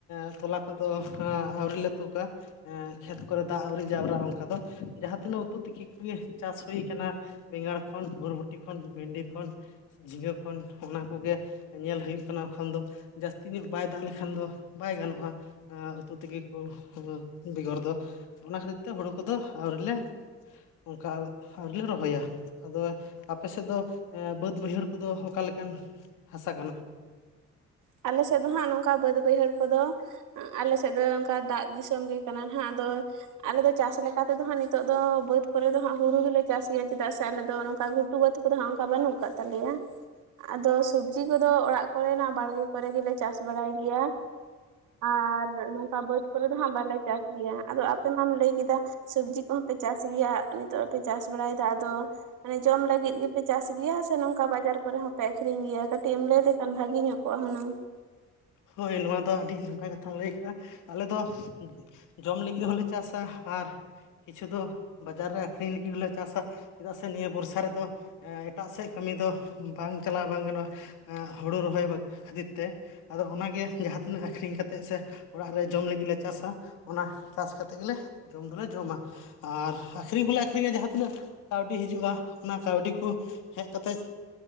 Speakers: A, on the left; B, on the right.
A: ᱮᱸᱛᱚᱞᱟ ᱠᱚᱫᱚ ᱟᱹᱣᱨᱤ ᱞᱮ ᱛᱩᱠᱟ᱾ ᱦᱮᱸ ᱠᱷᱮᱛ ᱠᱚᱨᱮ ᱫᱟᱜ ᱟᱹᱣᱤᱡ ᱡᱟᱣᱨᱟᱜᱼᱟ ᱚᱱᱠᱟ ᱫᱚ, ᱡᱟᱦᱟᱸ ᱛᱤᱱᱟᱹᱜ ᱩᱛᱩ ᱛᱤᱠᱤ ᱠᱚᱜᱮ ᱪᱟᱥ ᱦᱩᱭ ᱠᱟᱱᱟ᱾ ᱵᱮᱸᱜᱟᱲ ᱠᱷᱚᱱ‌ ᱵᱩᱨᱵᱚᱴᱤ ᱠᱷᱚᱱ ᱵᱷᱤᱱᱰᱤ ᱠᱷᱚᱱ ᱡᱷᱤᱸᱜᱟᱹ ᱠᱷᱚᱱ, ᱚᱱᱟ ᱠᱚᱜᱮ ᱧᱮᱞ ᱦᱩᱭᱩᱜ ᱠᱟᱱᱟ ᱮᱠᱷᱚᱱ ᱫᱚ ᱡᱟᱹᱥᱛᱤ᱾ ᱛᱤᱧᱚᱜ ᱵᱟᱭ ᱫᱟᱜ ᱞᱮᱠᱷᱟᱱ ᱫᱚ ᱵᱟᱭ ᱜᱟᱱᱚᱜᱼᱟ ᱩᱛᱩ ᱛᱮᱜᱮ ᱠᱚ ᱵᱮᱜᱚᱨ ᱫᱚ᱾ ᱚᱱᱟ ᱠᱷᱟᱹᱛᱤᱨ ᱛᱮ ᱦᱩᱲᱩ ᱠᱚᱫᱚ ᱟᱹᱣᱨᱤ ᱞᱮ ᱚᱱᱠᱟ ᱟᱣᱨᱤᱞᱮ ᱨᱚᱦᱚᱭᱟ᱾ ᱟᱫᱚ ᱟᱯᱮ ᱥᱮᱫ ᱫᱚ? ᱦᱮᱸ ᱵᱟᱹᱫᱽ ᱵᱟᱹᱭᱦᱟᱹᱲ ᱠᱚᱫᱚ ᱚᱠᱟ ᱞᱮᱠᱟᱱ ᱦᱟᱥᱟ ᱠᱟᱱᱟ?
B: ᱟᱞᱮ ᱥᱮᱫ ᱫᱚ ᱦᱟᱸᱜ, ᱱᱚᱝᱠᱟ ᱵᱟᱹᱫ ᱵᱟᱹᱭᱦᱟᱹᱲ ᱠᱚᱫᱚ᱾ ᱟᱞᱮ ᱥᱮᱫ ᱫᱚ ᱚᱱᱠᱟ ᱫᱟᱜ ᱫᱤᱥᱚᱢ ᱜᱮ ᱠᱟᱱᱟ ᱦᱟᱸᱜ ᱟᱫᱚ ᱟᱞᱮ ᱫᱚ ᱪᱟᱥ ᱞᱮᱠᱟᱛᱮᱫᱚ ᱦᱟᱸᱜ ᱱᱤᱛᱚᱜ ᱫᱚ, ᱵᱟᱹᱫᱽ ᱠᱚᱨᱮ ᱫᱚ ᱦᱟᱸᱜ ᱦᱩᱲᱩ ᱜᱮᱞᱮ ᱪᱟᱥ ᱜᱮᱭᱟ ᱪᱮᱫᱟᱜ ᱥᱮ ᱟᱞᱮᱫᱚ ᱱᱚᱝᱠᱟ ᱴᱩᱵᱟᱹ ᱠᱚᱫᱚ ᱚᱱᱠᱟ ᱵᱟᱹᱱᱩᱜ ᱟᱠᱟᱫ ᱛᱟᱞᱮᱭᱟ, ᱟᱫᱚ ᱥᱚᱵᱽᱡᱤ ᱠᱚᱫᱚ ᱚᱲᱟᱜ ᱠᱚᱨᱮᱱᱟᱜ ᱵᱟᱲᱜᱮ ᱠᱚᱨᱮ ᱜᱮᱞᱮ ᱪᱟᱥ ᱵᱟᱲᱟᱭ ᱜᱮᱭᱟ᱾ ᱟᱨ ᱱᱚᱝᱠᱟ ᱵᱟᱹᱫᱽ ᱠᱚᱨᱮ ᱫᱚ ᱦᱟᱸᱜ ᱵᱟᱞᱮ ᱪᱟᱥ ᱜᱮᱭᱟ᱾ ᱟᱫᱚ ᱟᱯᱮ ᱢᱟᱢ ᱞᱟᱹᱭ ᱠᱮᱫᱟ, ᱥᱚᱵᱽᱡᱤ ᱠᱚᱦᱚᱸᱯᱮ ᱪᱟᱥ ᱜᱮᱭᱟ, ᱱᱤᱛᱚᱜ ᱯᱮ ᱪᱟᱥ ᱵᱟᱲᱟᱭᱮᱫᱟ ᱟᱫᱚ ᱢᱟᱱᱮ ᱡᱚᱢ ᱞᱟᱹᱜᱤᱫ ᱜᱮᱯᱮ ᱪᱟᱥ ᱜᱮᱭᱟ ᱥᱮ ᱱᱚᱝᱠᱟ ᱵᱟᱡᱟᱨ ᱠᱚᱨᱮᱜ ᱦᱚᱸᱯᱮ ᱟᱠᱷᱨᱤᱧ ᱜᱮᱭᱟ ᱠᱟᱹᱴᱤᱡ ᱮᱢ ᱞᱟᱹᱭ ᱞᱮᱠᱷᱟᱱ ᱵᱷᱟᱜᱤ ᱧᱚᱜ ᱠᱚᱜᱼᱟ ᱦᱩᱱᱟᱹᱝ᱾ <inaudible>
A: ᱦᱳᱭ ᱱᱚᱣᱟ ᱫᱚ ᱟᱹᱰᱤ ᱱᱟᱯᱟᱭ ᱠᱟᱛᱷᱟᱢ ᱞᱟᱹᱭ ᱟᱠᱟᱜᱼᱟ ᱟᱞᱮ ᱫᱚ ᱡᱚᱢ ᱞᱟᱹᱜᱤᱫ ᱦᱚᱞᱮ ᱪᱟᱥᱟ ᱟᱨ ᱠᱤᱪᱷᱩ ᱫᱚ ᱵᱟᱡᱟᱨ ᱨᱮ ᱟᱠᱠᱷᱨᱤᱧ ᱞᱟᱹᱜᱤᱫ ᱦᱚᱞᱮ ᱪᱟᱥᱟ᱾ ᱪᱮᱫᱟᱜ ᱥᱮ ᱱᱤᱭᱟᱹ ᱵᱚᱨᱥᱟ ᱨᱮᱫᱚ᱾ ᱮᱴᱟᱜ ᱥᱮᱫ ᱠᱟᱹᱢᱤ ᱫᱚ ᱵᱟᱝ ᱪᱟᱞᱟᱣ ᱵᱟᱝ ᱜᱟᱱᱚᱜᱼᱟ᱾ ᱮᱸᱜ ᱦᱩᱲᱩ ᱨᱚᱦᱚᱭ ᱠᱷᱟᱹᱛᱤᱨ ᱛᱮ ᱟᱫᱚ ᱚᱱᱟᱜᱮ ᱡᱟᱦᱟᱸ ᱛᱤᱱᱟᱹᱜ ᱟᱠᱷᱨᱤᱧ ᱠᱟᱛᱮᱜ ᱥᱮ ᱚᱲᱟᱜ ᱨᱮ ᱡᱚᱢ ᱞᱟᱹᱜᱤᱫᱞᱮ ᱪᱟᱥᱟ, ᱚᱱᱟ ᱪᱟᱥ ᱠᱟᱛᱮᱫ ᱜᱮᱞᱮ ᱡᱚᱢ ᱫᱚᱞᱮ ᱡᱚᱢᱟ᱾ ᱟᱨ ᱟᱠᱷᱨᱤᱧ ᱦᱚᱞᱮ ᱟᱠᱷᱨᱤᱧᱟ ᱡᱟᱦᱟᱸ ᱛᱤᱱᱟᱹᱜ ᱠᱟᱹᱣᱰᱤ ᱦᱤᱡᱩᱜᱼᱟ, ᱚᱱᱟ ᱠᱟᱹᱣᱰᱤ ᱠᱚ ᱦᱮᱡᱛᱮᱫ